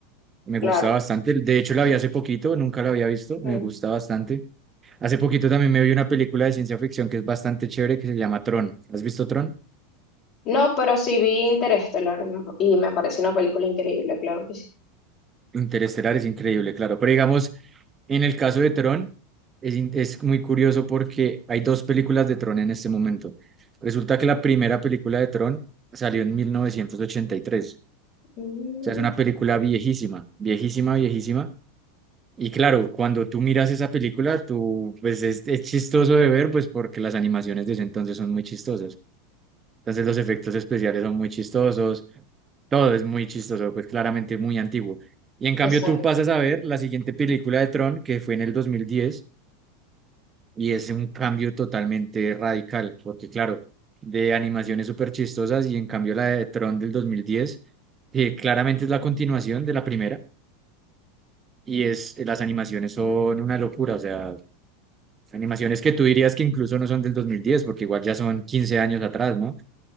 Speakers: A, on the right (about 25°); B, on the left (about 45°).
A: Me
B: claro.
A: gusta bastante. De hecho, la vi hace poquito, nunca la había visto.
B: Ujú.
A: Me gusta bastante. Hace poquito también me vi una película de ciencia ficción que es bastante chévere que se llama Tron. ¿Has visto Tron?
B: No, pero sí vi Interestelar me- y me pareció una película increíble, claro que sí.
A: Interestelar es increíble, claro. Pero digamos, en el caso de Tron, es, in- es muy curioso porque hay dos películas de Tron en este momento. Resulta que la primera película de Tron salió en mil novecientos ochenta y tres
B: Ujú.
A: O sea, es una película
B: Mm,
A: viejísima, viejísima, viejísima. Y claro, cuando tú miras esa película, tú, pues es, es chistoso de ver, pues porque las animaciones de ese entonces son muy chistosas. Entonces los efectos especiales son muy chistosos, todo es muy chistoso, pues claramente muy antiguo. Y en cambio
B: Exacto.
A: tú pasas a ver la siguiente película de Tron, que fue en el 2010 y es un cambio totalmente radical, porque claro, de animaciones súper chistosas y en cambio la de Tron del 2010, que claramente es la continuación de la primera y es, las animaciones son una locura, o sea, animaciones que tú dirías que incluso no son del 2010 porque igual ya son 15 años atrás, ¿no?